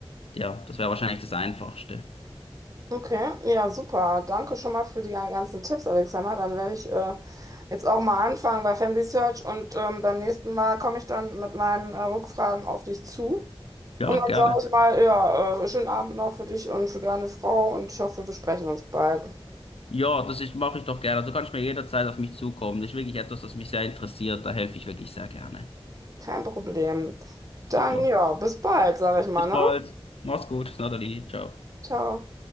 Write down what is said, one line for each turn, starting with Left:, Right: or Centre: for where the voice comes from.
Left: ja, das wäre wahrscheinlich das Einfachste.
Right: Okay, ja, super. Danke schon mal für die ganzen Tipps, Alexander. Dann werde ich äh, jetzt auch mal anfangen bei Family Search und ähm, beim nächsten Mal komme ich dann mit meinen äh, Rückfragen auf dich zu.
Left: Ja,
Right: Und dann
Left: gerne.
Right: sage ich mal, ja, äh, schönen Abend noch für dich und für deine Frau und ich hoffe, wir sprechen uns bald.
Left: Ja, das ist, mache ich doch gerne. Also Du kannst mir jederzeit auf mich zukommen. Das ist wirklich etwas, das mich sehr interessiert. Da helfe ich wirklich sehr gerne.
Right: Kein Problem.
Left: Super.
Right: Dann ja, bis bald, sag ich mal,
Left: Bis
Right: ne?
Left: bald. Mach's gut. Natalie. Ciao.
Right: Ciao.